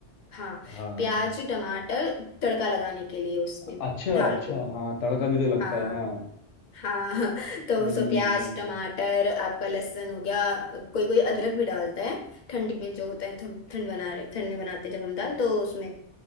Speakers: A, on the left (about 50°); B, on the left (about 85°).
A: हाँ
B: हाँ
A: प्याज टमाटर तड़का लगाने के लिए उसमें
B: अच्छा
A: दाल
B: अच्छा
A: को
B: हाँ तड़का भी तो लगता
A: हाँ
B: है हाँ
A: हाँ <laughs> तो
B: हम्म
A: उसको प्याज टमाटर आपका लहसुन हो गया कोई कोई अदरक भी डालता है ठंड में जो होता है ठंड ठंड बना रहे ठंड में बनाते हैं जब हम दाल तो उसमें